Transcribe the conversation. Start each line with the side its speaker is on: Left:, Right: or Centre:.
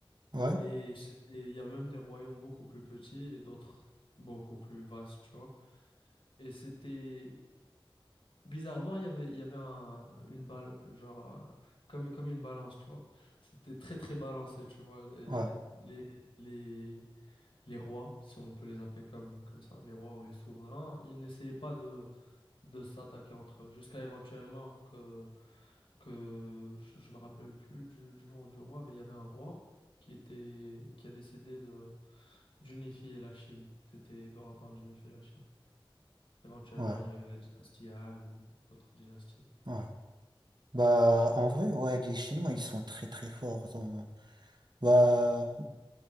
Right: ouais,
Left: et c'était il y avait même des royaumes beaucoup plus petits et d'autres beaucoup plus vastes, tu vois. Et c'était Bizarrement, il y avait, il y avait un- une balle, genre, un- comme, comme une balance, tu vois. C'était très, très balancé, tu vois. Et
Right: ouais,
Left: les, les, les rois, si on peut les appeler comme, comme ça, les rois ou les souverains, ils n'essayaient pas de, de s'attaquer entre eux, jusqu'à éventuellement que, que je, je me rappelle plus du, du nom du roi, mais il y avait un roi qui était, qui a décidé de, d'unifier la Chine. C'était grand temps d'unifier la Chine. Éventuellement,
Right: ouais,
Left: il y a eu la dynastie Han, d'autres dynasties.
Right: ouais. Bah,
Left: La Chine.
Right: en vrai, ouais, les Chinois, ils sont très, très forts dans... Bah,
Left: Ouais.